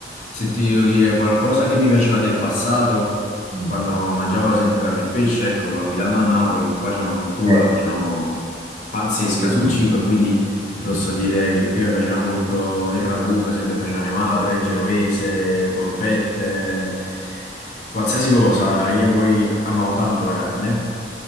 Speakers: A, on the left; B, on the right.
A: se ti devo dire qualcosa che mi piaceva del passato,
B: mm,
A: quando mangiavo ad esempio carne e pesce, ecco, abitando a Napoli, qua c'è una cultura,
B: eh,
A: diciamo, pazzesca
B: eh,
A: sul
B: sì.
A: cibo, e quindi ti
B: <laughs>
A: posso dire che prima mi piaceva molto il ragù, per esempio, che faceva mia madre, genovese, polpette, qualsiasi cosa, io poi amavo tanto la carne.